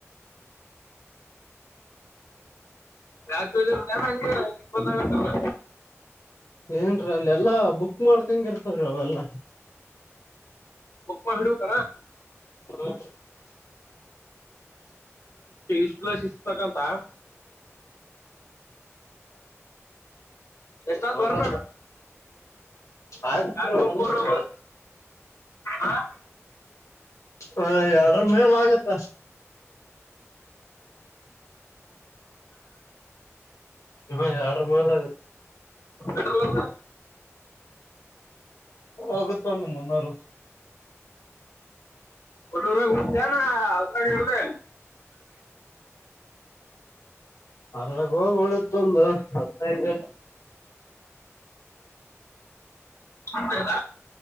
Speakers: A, on the left (about 60°); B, on the left (about 80°).
A: ರಾತ್ರಿ ಹಂ ಇಪ್ಪತ್ತ ಗಂಟಲ್ಲ
B: ಏನ್ರೀ ಅಲ್ಲ ಎಲ್ಲಾ ಬುಕ್ ಮಾಡ್ಕಂಗ ಇರ್ತವ್ರೀ ಅವೆಲ್ಲಾ
A: ಒಪ್ಪಪ್ಪ ಹಿಡುವಕ
B: ಹ್ಮ
A: ಇಷ್ಟುಲ ಸಿಿಸತಕ್ಕಂತ ಎಷ್ಟಾತ್
B: ಹ
A: ಬರ್ಬೇಕ
B: ಎಲ್ಲ ಆಯತ್
A: ಎರಡು
B: ಒಂದು
A: ಮೂರು ಹ
B: ಹಾ ಎರಡರ ಮೇಲೆ ಆಗತ್ತ ಹ್ಮ ಎರಡ ಮೇಲ ಆಗ
A: ಪೆಟ್ರೋಲ್ ಅದು
B: ಹೋಗುತ್ತಣ ಮುನ್ನೂರು
A: ಒಂದೂ ರಾಯ ಕೊಡತಾನ ಅ ಹೇಳ್ದ
B: ಬೆಳಗ್ ಹೋಗ ಒಳತ್ತ ಒಂದು ಹತ್ತದು
A: ಅದ